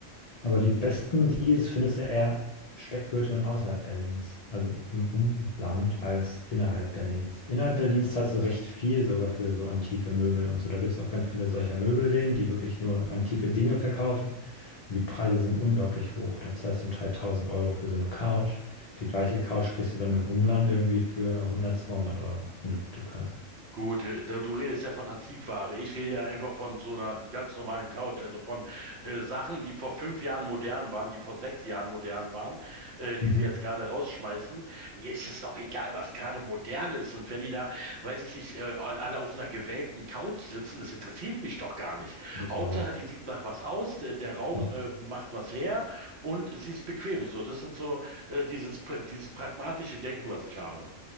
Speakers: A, on the left; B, on the right.
A: Aber die besten Deals findest du eher Speckgürtel und außerhalb Berlins, also im Umland als innerhalb Berlins. Innerhalb Berlins zahlst du recht viel sogar für so antike Möbel und so. Da gibt es auch ganz viele solcher Möbelläden, die wirklich nur antike Dinge verkaufen. Und die Preise sind unglaublich hoch. Da zahlst du zum Teil 1000 Euro für so eine Couch. Die gleiche Couch kriegst du dann im Umland irgendwie für 100, 200 Euro, wenn du Glück hast.
B: Gut, äh, du du redest ja von Antiquare. Ich rede ja einfach von so einer ganz normalen Couch, also von äh, Sachen, die vor fünf Jahren modern waren, die vor sechs Jahren modern waren, äh, die
A: Mhm.
B: sie jetzt gerade rausschmeißen. Mir ist es doch egal, was gerade modern ist. Und wenn die da, weiß ich nicht, äh, alle auf einer gewellten Couch sitzen, das interessiert mich doch gar nicht.
A: Ich
B: Hauptsache,
A: auch nicht.
B: die sieht nach was aus, der, der Raum
A: Ja,
B: äh, macht was her und sie ist bequem. So, das sind so äh, dieses, pra- dieses pragmatische Denken, was ich habe.